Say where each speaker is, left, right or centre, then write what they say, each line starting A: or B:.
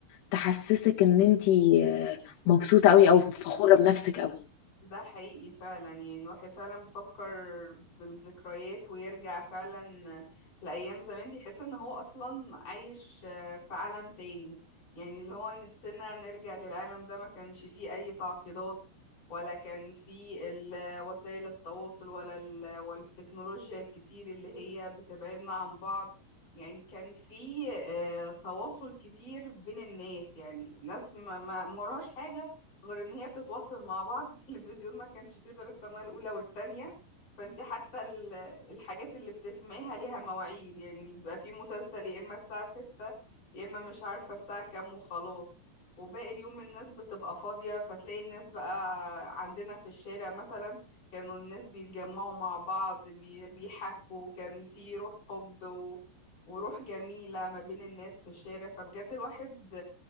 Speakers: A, on the left; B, on the left.
A: تحسسك ان انتي آه، مبسوطة قوي او فخورة بنفسك قوي
B: ده حقيقي فعلا يعني الواحد فعلا بيفكر بالذكريات ويرجع فعلا لأيام زمان بيحس ان هو اصلا عايش آه، في عالم تاني يعني اللي هو نفسنا نرجع للعالم ده ما كانش فيه اي تعقيدات ولا كان فيه ال- وسائل التواصل ولا ال- والتكنولوجيا الكتير اللي هي بتبعدنا عن بعض يعني كان فيه آه، تواصل كتير بين الناس يعني ناس ما ما ما وراهاش حاجة غير ان هي بتتواصل مع بعض <laughs> التلفزيون ما كانش فيه غير القناة الاولى والتانية فانت حتى ال- الحاجات اللي بتسمعيها ليها مواعيد يعني بيبقى فيه مسلسل يا اما الساعة ستة يا اما مش عارفة الساعة كام وخلاص وباقي اليوم الناس بتبقى فاضية فتلاقي الناس بقى عندنا في الشارع مثلا كانوا الناس بيتجمعوا مع بعض بي- بيحكوا كان في روح حب و... وروح جميلة ما بين الناس في الشارع فبجد الواحد